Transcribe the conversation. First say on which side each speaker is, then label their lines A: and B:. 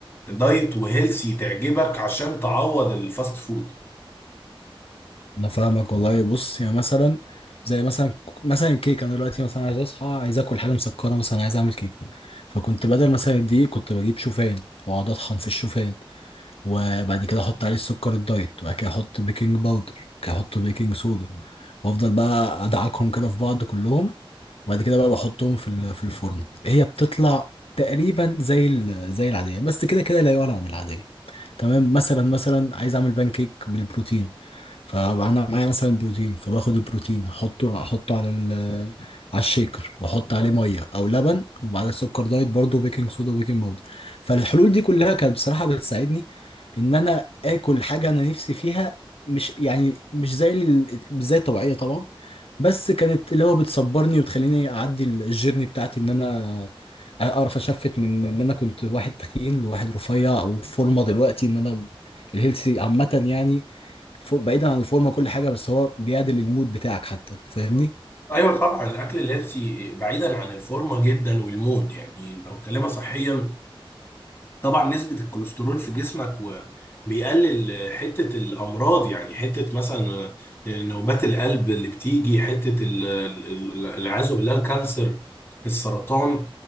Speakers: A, on the left; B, on the left.
A: دايت وهيلسي تعجبك عشان تعوض الفاست فود
B: انا فاهمك والله بص يعني مثلا زي مثلا مثلا الكيك انا دلوقتي مثلا عايز اصحى عايز اكل حاجه مسكره مثلا عايز اعمل كيكه فكنت بدل مثلا دي كنت بجيب شوفان واقعد اطحن في الشوفان وبعد كده احط عليه السكر الدايت وبعد كده احط بيكنج باودر وبعد كده احط بيكنج صودا وافضل بقى ادعكهم كده في بعض كلهم وبعد كده بقى بحطهم في ال- في الفرن هي بتطلع تقريبا زي ال- زي العاديه بس كده كده لا يعلى عن العاديه تمام مثلا مثلا عايز اعمل بان كيك بالبروتين فانا معايا مثلا بروتين فباخد البروتين احطه احطه على ال على الشيكر واحط عليه ميه او لبن وبعدها سكر دايت برضه بيكنج صودا وبيكنج باودر فالحلول دي كلها كانت بصراحه بتساعدني ان انا اكل حاجه انا نفسي فيها مش يعني مش زي ال- مش زي الطبيعيه طبعا بس كانت اللي هو بتصبرني وتخليني اعدي ال- الجيرني بتاعتي ان انا اعرف اشفت من ان انا كنت واحد تخين لواحد رفيع او فورمه دلوقتي ان انا الهيلثي عامه يعني فوق- بعيدا عن الفورمه وكل حاجه بس هو بيعدل المود بتاعك حتى فاهمني
A: ايوه طبعا الاكل الهيلثي بعيدا عن الفورمه جدا والمود يعني لو كلمه صحيا طبعا نسبة الكوليسترول في جسمك وبيقلل حتة الأمراض يعني حتة مثلا نوبات القلب اللي بتيجي حتة ال- ال- العياذ بالله الكانسر السرطان